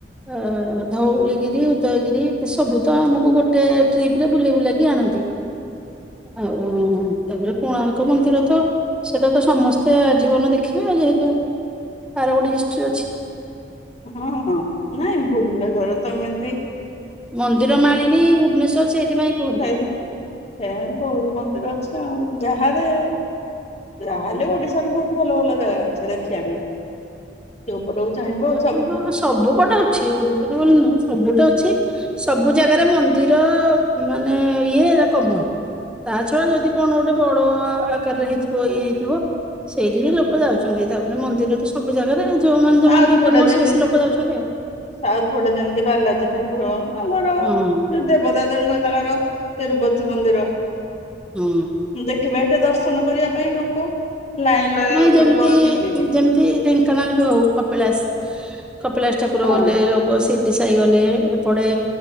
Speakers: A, in the centre; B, on the left (about 35°).
A: ଅ ଧଉଳିଗିରି ଉଦୟଗିରି ଏସବୁ ତ ଆମକୁ ଗୋଟେ ଟ୍ରିପ୍ ରେ ବୁଲେଇ ବୁଲେଇକି ଆଣନ୍ତି। ଆଉ ତାପରେ କୋଣାର୍କ ମନ୍ଦିର ତ ସେଟା ତ ସମସ୍ତେ ଆ ଜୀବନ ଦେଖିବେ ଆଉ ଯେହେତୁ ତାର ଗୋଟେ ହିଷ୍ଟ୍ରୀି ଅଛି।
B: ହଁ ହଁ ନାଇଁ ଭୁବନେଶ୍ୱର ତ ଏମତି
A: ମନ୍ଦିର ମାଳିନୀ ଭୁବନେଶ୍ଵର ସେଇଥିପାଇଁ କୁହନ୍ତି।
B: <unintelligible> ସେ ଆ ବହୁତ ମନ୍ଦିର ଅଛି ଆଉ ଯାହାଲେ ଯାହାହେଲେ ଓଡ଼ିଶାରେ ବହୁତ୍ ଭଲ ଭଲ ଜାଗା ଅଛି ଦେଖିବା ପାଇଁ ଯୋଉ ପଟକୁ ଚାହିଁବ ଆଉ।
A: <unintelligible> ସବୁ ପଟେ ଅଛି ଓଡ଼ିଶା ରେ ବୋଲିନୁହଁ ସବୁଟେ ଅଛି! ସବୁ ଜାଗାରେ ମନ୍ଦିର ମାନେ ଇଏ କମନ୍। ତା ଛଡ଼ା ଯଦି କଣ ଗୋଟେ ବଡ଼ ଆକାରରେ ହେଇଥିବ ଇଏ ହେଇଥିବ। ସେଇଠି ବି ଲୋକ ଯାଉଛନ୍ତି ତାପରେ ମନ୍ଦିର ତ ସବୁ ଜାଗାରେ ଯଉମାନେ
B: ସାଉଥ
A: ଯୋଉମାନେ ଟିକେ
B: ପଟେ
A: ଫେମସ
B: ଯେମିତି
A: ବେଶୀ ଲୋକ ଯାଉଛନ୍ତି ଆଉ।
B: ସାଉଥ ପଟେ ଯେମିତି ବାଲାଜୀ ଠାକୁର ତମର
A: ହଁ
B: ଯେ ଦେବଦା ଦେବଙ୍କ ତାଙ୍କର ତିରୁପତି ମନ୍ଦିର।
A: ହୁଁ।
B: ଦେଖିବେ ଏଟେ ଦର୍ଶନ କରିବା ପାଇଁ ଲୋକ ଲାଇନ୍ ଲଗାଇବାକୁ
A: ନାଇଁ ଯେମିତି
B: ପଡ଼ିବ ଦି ଦିନି।
A: ଯେମିତି ଢେଙ୍କାନାଳ ବି ହଉ କପିଳାସ କପିଳାସ ଠାକୁର
B: ହଁ
A: ଗଲେ ସିରିଡି ସାଇ ଗଲେ ଏପଟେ